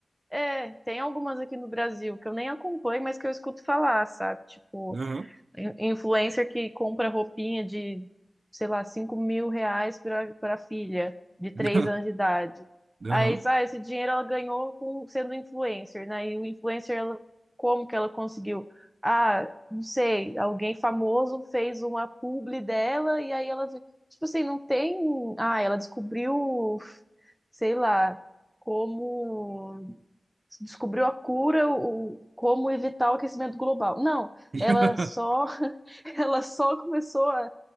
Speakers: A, in the centre; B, on the right.
A: É, tem algumas aqui no Brasil que eu nem acompanho, mas que eu escuto falar, sabe? Tipo,
B: Aham.
A: in- influencer que compra roupinha de, sei lá, cinco mil reais pra, pra filha de 3
B: <laughs>
A: anos de idade.
B: Aham.
A: Aí, sabe, esse dinheiro ela ganhou com, sendo influencer, né? E o influencer, ela, como que ela conseguiu? Ah, não sei, alguém famoso fez uma publi dela e aí ela, vi- tipo assim, não tem. Ah, ela descobriu, sei lá, como se descobriu a cura, o, como evitar o aquecimento global. Não,
B: <laughs>
A: ela só, <laughs> ela só começou a,